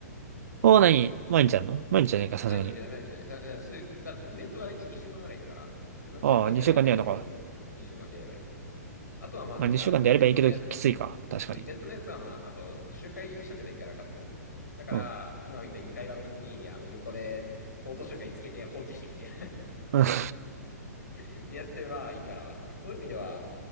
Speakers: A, on the right; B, on the left.
A: もう何毎日やんの毎日じゃねえか、さすがに。
B: 毎日ね毎日ね、さえーそういうただイベントが大体2週間ぐらいだから、それのうちに終わらせればいいんだけど、
A: ああ、2週間にやるのか。
B: そうそうそう、2週間でやればいい。あとはまあなんかイベントのやつ
A: まあ、2週間でやればいいけど、きついか。確かに。
B: そう、イベントのやつは、まあ、あと、周回しとけばいいから、勝手に。だから、
A: うん。
B: 今みたいに会話の時に、あの、横で、オート周回つけて放置しみたいな
A: うん <laughs>
B: <laughs> にやってればいいから、そういう意味では、